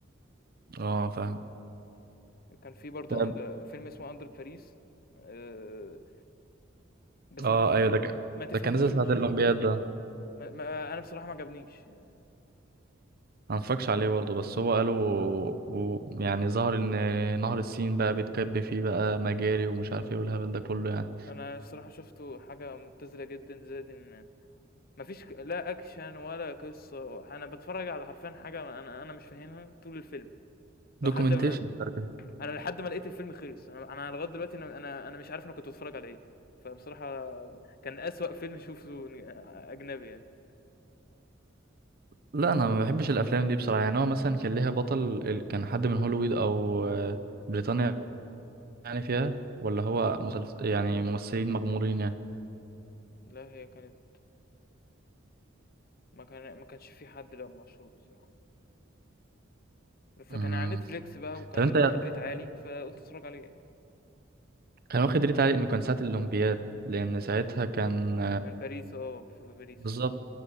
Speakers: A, on the right (about 50°); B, on the left (about 50°).
A: اه فاهم
B: كان في برضه
A: طب
B: أند فيلم اسمه Under Paris آآ بس
A: اه
B: ما تفه
A: ايوه
B: م
A: ده كان
B: ما تفهملوش،
A: ده كان نزل ساعة الأولمبياد ده
B: ما ما أنا بصراحة ما عجبنيش يعني،
A: ما اتفرجش عليه برضه بس هو قالوا و... يعني ظهر ان نهر السين بقى بيتكب فيه بقى مجاري ومش عارف ايه والهبل ده كله يعني
B: أنا الصراحة شُفته حاجة مبتذلة جدًا زائد إن ما فيش ك لا أكشن ولا قصة، أنا باتفرج على حرفيًا حاجة أنا أنا مش فاهمها طول الفيلم،
A: دوكيومنتيشن
B: لحد ما
A: <laughs>
B: أنا لحد ما لقيت الفيلم خلص، أنا أنا لغاية دلوقتي أنا أنا أنا مش عارف أنا كنت باتفرج على إيه، فبصراحة كان أسوأ فيلم شوفته ن أجنبي يعني.
A: لا انا ما بحبش الافلام دي بصراحه يعني هو مثلا كان ليها بطل ال- كان حد من هوليوود او آه، بريطانيا يعني فيها ولا هو مسلسل يعني ممثلين مغمورين يعني
B: لأ هي كانت ما كان ما كانش في حد لأ مشهور الصراحة، بس
A: مم.
B: كان على Netflix بقى وكان
A: طب انت
B: واخد ريت عالي، فقُلت أتفرج عليه يعني،
A: كان واخد ريت عالي انه كان ساعه الاولمبياد لان ساعتها كان
B: كان باريس آه، في باريس.
A: بالظبط